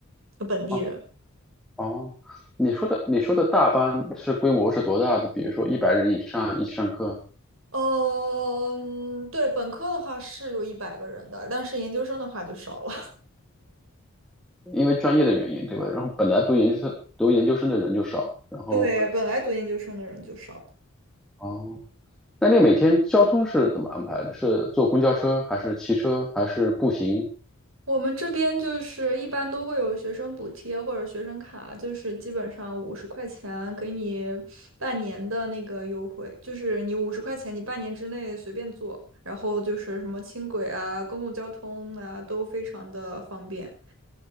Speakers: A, on the right; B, in the centre.
A: 呃本地人。
B: 哦哦，你说的你说的大班是规模是多大的？比如说一百人以上一起上课，
A: 嗯，对，本科的话是有一百个人的，但是研究生的话就少了。
B: 因为专业的原因，对吧？然后本来读研究生读研究生的人就少，
A: <laughs>
B: 然后
A: 对，本来读研究生的人就少。
B: 哦，那你每天交通是怎么安排的？是坐公交车还是骑车还是步行？
A: 我们这边就是一般都会有学生补贴或者学生卡，就是基本上五十块钱给你半年的那个优惠，就是你五十块钱你半年之内随便坐，然后就是什么轻轨啊、公共交通啊都非常的方便。